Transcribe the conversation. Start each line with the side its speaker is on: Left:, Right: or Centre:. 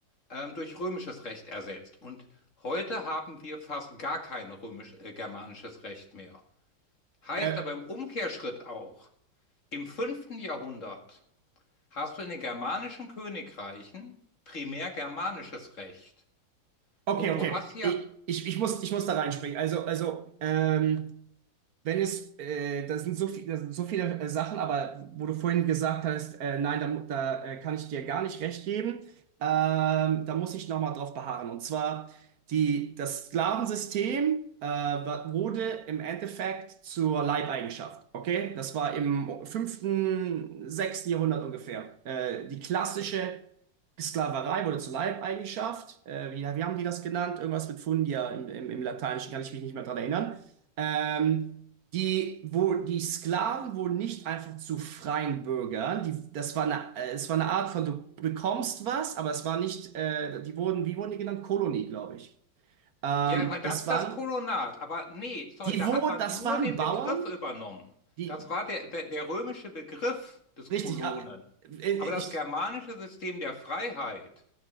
Left: ähm, durch römisches Recht ersetzt. Und heute haben wir fast gar kein römisch, äh, germanisches Recht mehr. Heißt
Right: Äh,
Left: aber im Umkehrschritt auch, im fünften Jahrhundert hast du in den germanischen Königreichen primär germanisches Recht.
Right: okay,
Left: Und
Right: okay.
Left: du hast hier,
Right: Ich, ich, ich muss, ich muss da reinspringen. Also, also ähm, Wenn es, äh, da sind so viel, da sind so viele äh, Sachen, aber wo du vorhin gesagt hast, äh, nein, da, mu- da äh, kann ich dir gar nicht recht geben, ähm, da muss ich nochmal drauf beharren. Und zwar, die, das Sklavensystem äh, wa- wurde im Endeffekt zur Leibeigenschaft. Okay? Das war im fünften, sechsten Jahrhundert ungefähr. Äh, die klassische Sklaverei wurde zur Leibeigenschaft. Äh, wie, wie haben die das genannt? Irgendwas mit Fundia im, im, im Lateinischen, kann ich mich nicht mehr dran erinnern. Ähm, die, wo, die Sklaven wurden nicht einfach zu freien Bürgern. Die, das war eine, äh, es war eine Art von, du bekommst was, aber es war nicht, äh, die wurden, wie wurden die genannt? Kolonie, glaube ich. Ähm,
Left: ja, aber das
Right: das
Left: ist
Right: waren,
Left: das Kolonat, aber nee, sorry,
Right: die
Left: da
Right: wo,
Left: hat man
Right: das
Left: nur
Right: waren
Left: den
Right: Bauern,
Left: Begriff übernommen.
Right: die,
Left: Das
Right: die-
Left: war der, der, der römische Begriff des
Right: richtig,
Left: Kolonen.
Right: ah, äh,
Left: Aber
Right: ich,
Left: das germanische System der Freiheit